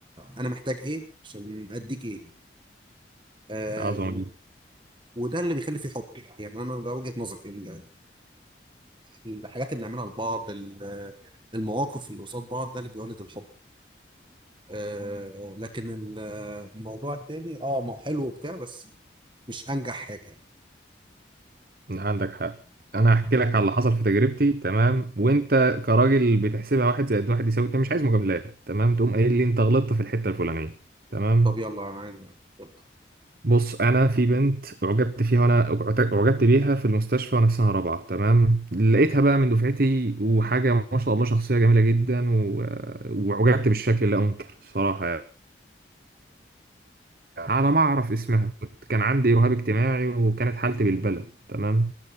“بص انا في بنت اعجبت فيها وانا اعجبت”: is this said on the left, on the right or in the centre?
Right